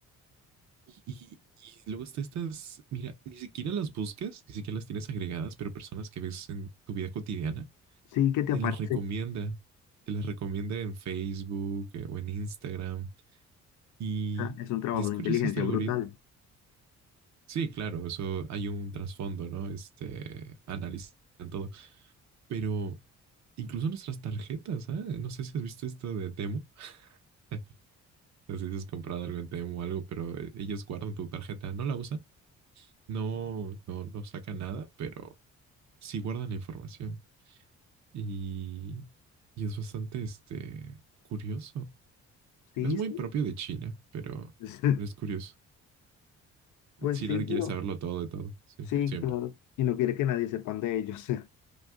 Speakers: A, on the right; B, on the left.
A: Y, y- y luego está estas, mira, ni siquiera las buscas, ni siquiera las tienes agregadas, pero personas que ves en tu vida cotidiana
B: Sí, que te
A: te
B: aparece.
A: las recomienda,
B: O
A: te las recomienda en Facebook eh, o en Instagram. Y,
B: sea, es un trabajo
A: y es
B: de
A: curioso
B: inteligencia
A: este algoritmo.
B: brutal.
A: Sí, claro, eso hay un trasfondo, ¿no? Este, analizan todo, pero incluso nuestras tarjetas, ¿eh? No sé si has visto esto de Temu, <laughs> No sé si has comprado algo en Temu o algo, pero ellos guardan tu tarjeta, no la usan, no, no, no sacan nada, pero sí guardan la información. Y, y es bastante, este, curioso.
B: Sí,
A: Es muy
B: sí.
A: propio de China, pero,
B: <laughs>
A: pero es curioso.
B: Pues
A: China
B: sí, bro.
A: quiere saberlo todo de todo, sí,
B: Sí,
A: siempre.
B: claro. Y no quiere que nadie sepan de ellos. <laughs>